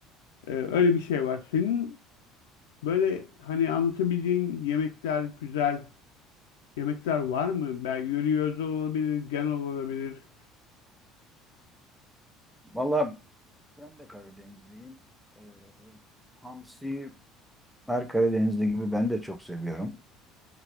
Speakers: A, on the left; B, in the centre.
A: Ee, öyle bir şey var. Senin böyle hani anlatabileceğin yemekler, güzel yemekler var mı? Belki yöreye özel olabilir, genel olabilir.
B: Valla ben de Karadenizliyim. Ee, hamsi her Karadenizli gibi ben de çok seviyorum.